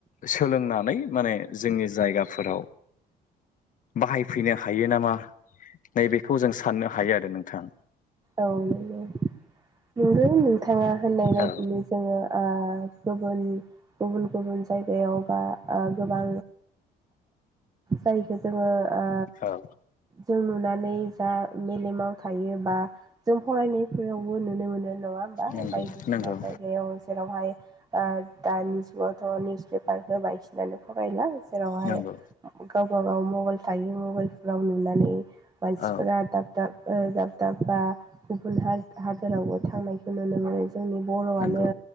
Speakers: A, on the left; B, on the right.
A: सोलोंनानै माने जोंनि जायगाफोराव बाहायफैनो हायो नामा नैबेखौ जों साननो हायो आरो नोंथां।
B: औ नोंगौ नोंगौ नोंथाङा होननाय बायदिनो
A: औ
B: जोङो ओ गुबुन गुबुन गुबुन जायगायाव बा ओ गोबां जायखो जोङो ओ
A: औ
B: ‌जों नुनानै जा मेलेमाव थायो बा जों फरायनायफोरावबो नुनो मोनो नङा होमबा
A: नंगौ
B: बायदिसिना
A: नंगौ
B: जायगायाव जेरावहाय ओ ओ दानि जुगावथ' निउस पेपारखो होबाय बिनानै फरायला जेरावहाय
A: नंगौ
B: गावबागाव मबाइल थायो मबाइलफ्राव नुनानै मानसिफोरा
A: औ
B: दाब दाब ओ दाब दाब बा गुबुन हा- हादोर रावबो थांनायखौ नुनो मोनो जोंनि बर'आनो
A: नंगौ